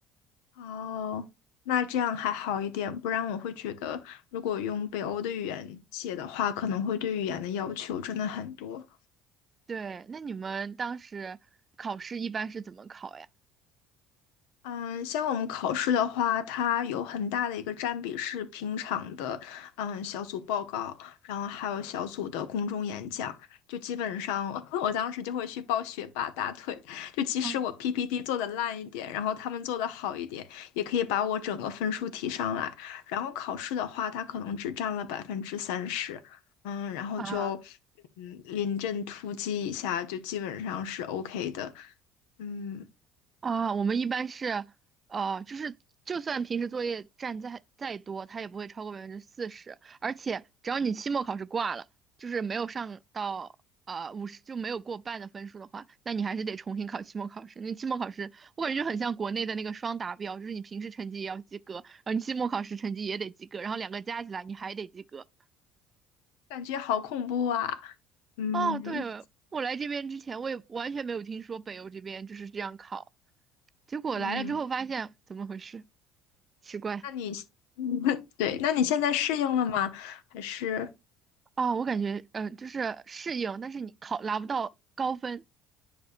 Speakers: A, on the left; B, on the right.
A: 哦，那这样还好一点，不然我会觉得，如果用北欧的语言写的话，可能会对语言的要求真的很多。
B: 对，那你们当时考试一般是怎么考呀？
A: 嗯，像我们考试的话，它有很大的一个占比是平常的，嗯，小组报告，然后还有小组的公众演讲。就基本上，<laughs> 我当时就会去抱学霸大腿。就即使我
B: 嗯
A: PPT 做的烂一点，然后他们做的好一点，也可以把我整个分数提上来。然后考试的话，它可能只占了百分之三十，嗯，然后就
B: 啊。
A: 嗯临阵突击一下，就基本上是 OK 的。嗯，
B: 啊，我们一般是，呃，就是就算平时作业占再再多，它也不会超过百分之四十，而且只要你期末考试挂了，就是没有上到呃五十就没有过半的分数的话，那你还是得重新考期末考试。那期末考试我感觉就很像国内的那个双达标，就是你平时成绩也要及格，然后你期末考试成绩也得及格，然后两个加起来你还得及格。
A: 感觉好恐怖啊！嗯
B: 哦，对，我来这边之前我也完全没有听说北欧这边就是这样考，结果来了之后发现怎么回事，
A: 嗯，
B: 奇怪。
A: 那你 <laughs> 对，那你现在适应了吗？还是
B: 哦，我感觉，嗯、就是适应，但是你考拿不到高分，